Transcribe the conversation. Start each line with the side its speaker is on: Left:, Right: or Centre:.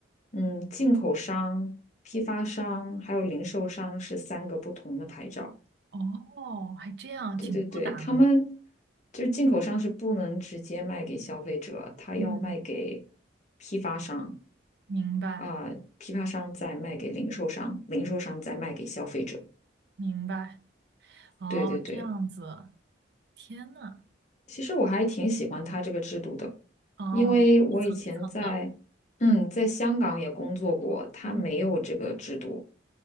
Left: 嗯，进口商、批发商还有零售商是三个不同的牌照。
Right: 哦，还这样，
Left: 对对对，
Right: 挺复杂的呢。
Left: 他们就是进口商是不能直接卖给消费者，他要卖给
Right: 嗯，
Left: 批发商
Right: 明白
Left: 啊，批发商再卖给零售商，零售商再卖给消费者。
Right: 明白，哦，
Left: 对对对，
Right: 这样子，天呐。
Left: 其实我还挺喜欢他这个制度的，
Right: 哦，
Left: 因为我以前在嗯在香港也工作过，
Right: 一层一层的。
Left: 他没有这个制度，
Right: 嗯，